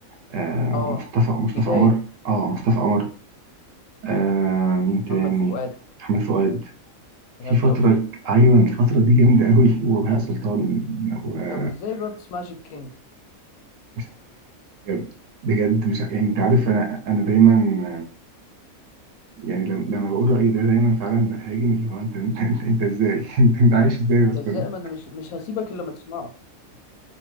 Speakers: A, on the right; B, on the left.
A: آه
B: اه
A: مصطفى مصطفى
B: البداية
A: قمر اه مصطفى قمر آه مين تاني
B: محمد فؤاد
A: محمد فؤاد
B: إيهاب
A: في فترة
B: توفيق
A: ك- ايوه الفترة دي جامدة قوي <laughs> وبهاء سلطان ومش
B: طب ازاي بقى بتسمعش الكينج
A: عارف بجد بجد مش ع- يعني انت عارف انا انا دايما يعني لم- لما بقول رأيي ده دايما فعلا بهاجم اللي هو انت انت انت, انت ازاي <laughs> انت, انت عايش ازاي
B: انت
A: اصلا
B: ازاي ما انا مش مش هسيبك الا ما تسمعه